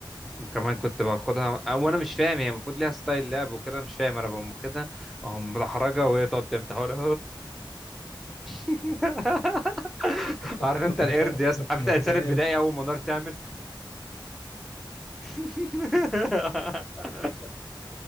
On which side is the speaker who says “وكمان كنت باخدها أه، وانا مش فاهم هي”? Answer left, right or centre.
Centre